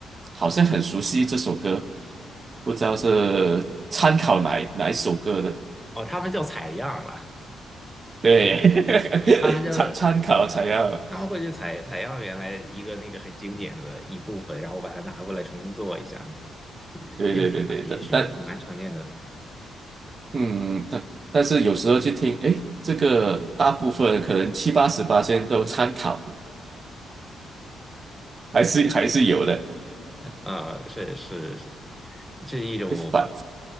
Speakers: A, on the right (about 40°); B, in the centre.
A: 好像很熟悉这首歌，不知道是参考哪一哪一首歌的，
B: 哦，他们叫采样了，
A: 对，
B: 他们叫
A: <laughs> 参参考才要，
B: 他们会去采采样原来一个那个很经典的一部分，然后把它拿过来重新做一下，
A: 对对对对的，
B: 也也是蛮常见的。
A: 但嗯，但但是有时候去听，诶，这个大部分可能七八十八千都参考，还是还是有的。
B: 呃，是是是，是一种
A: 哎反